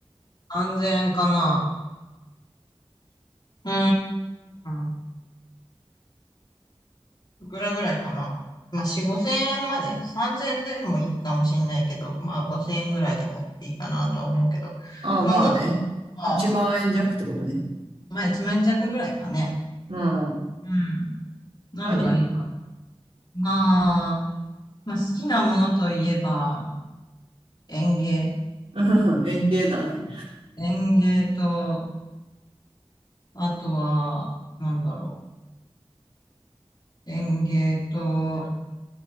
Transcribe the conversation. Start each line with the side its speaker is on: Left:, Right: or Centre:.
Left: 安全かな。うーん。いくらぐらいかな。まあ、4、5千円まで、3000円でもいいかもしれないけど、まあ、5000円ぐらいでもいいかなと思うけど、
Right: ああ、
Left: まあ、
Right: まあね。
Left: もっと、まあ、
Right: 1万円弱ってことね。
Left: まあ、1万円弱ぐらいかね。
Right: うん。
Left: うん。何がいいかな。
Right: 何がいいか
Left: まあ、まあ、好きなものといえば、園芸。
Right: うん <laughs> 園芸だね。
Left: 園芸と、あとは、なんだろう。園芸と、